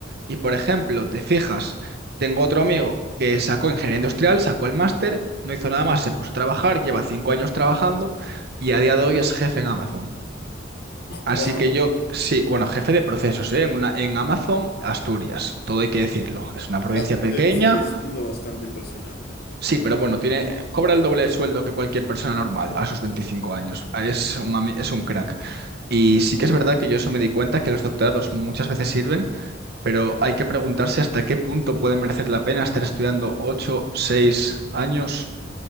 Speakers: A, on the right; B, on the left.
A: Y por ejemplo, te fijas, tengo otro amigo que sacó ingeniería industrial, sacó el máster, no hizo nada más, se puso a trabajar, lleva cinco años trabajando y a día de hoy es jefe en Amazon. Así
B: Wow,
A: que yo, sí, bueno, jefe de procesos, ¿eh? En una, en Amazon, Asturias, todo hay que decirlo. Es una provincia
B: la- de-
A: pequeña,
B: sigue siendo bastante impresionante.
A: Sí, pero bueno, tiene, cobra el doble de sueldo que cualquier persona normal a sus 25 años. Ah, Es un, ami- es un crack. Y sí que es verdad que yo eso me di cuenta, que los doctorados muchas veces sirven, pero hay que preguntarse hasta qué punto puede merecer la pena estar estudiando 8, 6 años